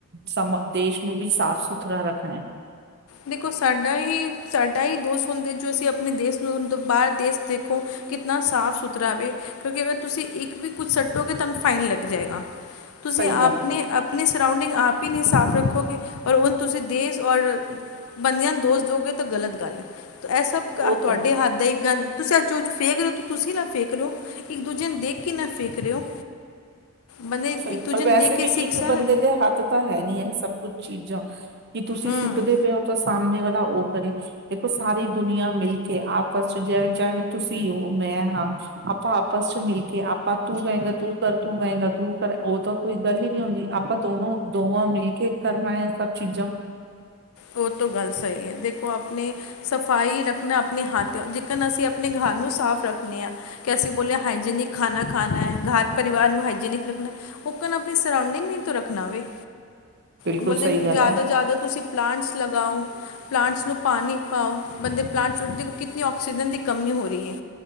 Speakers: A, on the right (about 50°); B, on the left (about 75°).
A: ਸਮ ਦੇਸ਼ ਨੂੰ ਵੀ ਸਾਫ਼ ਸੁਥਰਾ ਰੱਖਣਾ
B: ਦੇਖੋ ਸਾਡਾ ਹੀ ਸਾਡਾ ਹੀ ਦੋਸਤ ਹੁੰਦੇ ਜੋ ਅਸੀਂ ਆਪਣੇ ਦੇਸ਼ ਨੂੰਤ ਬਾਹਰ ਦੇਸ਼ ਦੇਖੋ ਕਿਤਨਾ ਸਾਫ਼ ਸੁਥਰਾਵੇ ਕਿਉਂਕਿ ਅਗਰ ਤੁਸੀਂ ਇੱਕ ਵੀ ਕੁਝ ਸੱਟੋਗੇ ਤੁਹਾਨੂੰ ਫਾਈਨ ਲੱਗ ਜਾਏਗਾ ਤੁਸੀਂ
A: ਸਹੀ
B: ਆਪਣੀ
A: ਗੱਲ ਹੈ ਬਿਲਕੁਲ
B: ਆਪਣੀ ਸਉਂਡਿੰਗ ਨਹੀਂ ਸਾਫ਼ ਰੱਖੋਗੇ ਔਰ ਤੁਸੀਂ ਦੇਸ ਔਰ ਬੰਦੇ ਨੂੰ ਦੋਸਤ ਦੋ ਗ ਤਾਂ ਗ਼ਲਤ ਹੈ ਇਹ ਸਭ
A: ਉਹ
B: ਤੁਹਾਡੇ
A: ਤਾਂ ਹੈ
B: ਹੱਥ ਦਾ ਗੰ ਤੁਸੀਂ ਅੱਜ ਫੇਕ ਰੋ ਤੁਸੀਂ ਨਾ ਫੇਕ ਰੋ ਇੱਕ ਦੂਜੇ ਨੂੰ ਦੇਖ ਕੇ ਨਾ ਫੇਕ ਰ ਹੋ ਬੰਦੇ
A: ਸਹੀ
B: ਇੱਕ ਦੂਜੇ
A: ਰ ਵੈਸੇ
B: ਨੂੰ ਦੇਖ ਕੇ
A: ਵੀ
B: ਸਿੱਖ
A: ਇੱਕ
B: ਸਨ
A: ਬੰਦੇ ਦੇ ਹੱਥ ਤਾਂ ਹੈ ਨੀ ਹੈ ਸਭ ਕੁੱਛ ਚੀਜ਼ਾਂ ਕੀ ਤੁਸੀਂ
B: ਹੂੰ
A: ਸੁੱਟਦੇ ਪਏ ਹੋ ਤਾਂ ਸਾਹਮਣੇ ਵਾਲੇ ਉਹ ਕਰੇ ਦੇਖੋ ਸਾਰੀ ਦੁਨੀਆਂ ਮਿਲ ਕੇ ਆਪਸ ਚ ਚਾਹ ਤੁਸੀਂ ਉਹ ਮੈਂ ਹਾਂ ਆਪਾਂ ਆਪਸ ਚ ਮਿਲ ਕੇ ਆਪਾਂ ਤੂੰ ਗਏਗਾ ਤੂੰ ਕਰ ਤੂੰ ਗਏਗਾ ਤੂੰ ਕਰ ਉਹ ਤਾਂ ਕੋਈ ਗੱਲ ਹੀ ਨੀ ਹੁੰਦੀ ਆਪਾਂ ਦੋਨੋ ਦੋਵਾਂ ਮਿਲ ਕੇ ਕਰਨਾ ਹੈ ਸਭ ਚੀਜ਼ਾਂ
B: ਉਹ ਤੋਂ ਗੱਲ ਸਹੀ ਹੈ ਦੇਖੋ ਆਪਣੇ ਸਫ਼ਾਈ ਰੱਖਣਾ ਆਪਣੇ ਹੱਥ ਜਕਨ ਅਸੀਂ ਆਪਣੇ ਘਰ ਨੂੰ ਸਾਫ਼ ਰੱਖਣੇ ਹਾਂ ਕਿ ਅਸੀਂ ਬੋਲਿਆ ਹਾਈਜੀਨਿਕ ਖਾਣਾ ਖਾਣਾ ਹੈ ਘਰ ਪਰਿਵਾਰ ਨੂੰ ਹਾਈਜੀਨਿਕ ਰੱਖਣਾ ਉਹਓਕਨ ਆਪਣੀ ਸਰਊਂਡਿੰਗ ਨਹੀਂ ਤੋਂ ਰੱਖਣਾ ਹੋਵੇ
A: ਬਿਲਕੁਲ
B: <unintelligible>
A: ਸਹੀ ਗੱਲ
B: ਜਿਆਦਾ
A: ਹੈ
B: ਜਿਆਦਾ ਤੁਸੀਂ ਪਲਾਂਟਸ ਲਗਾਓ ਪਲਾਂਟਸ ਨੂੰ ਪਾਣੀ ਪਾਓ ਬੰਦੇ ਪਲਾਂਟਸ ਨੂੰ ਦੇਖੋ ਕਿੰਨੀ ਆਕਸੀਜਨ ਦੀ ਕਮੀ ਹੋ ਰਹੀ ਹੈ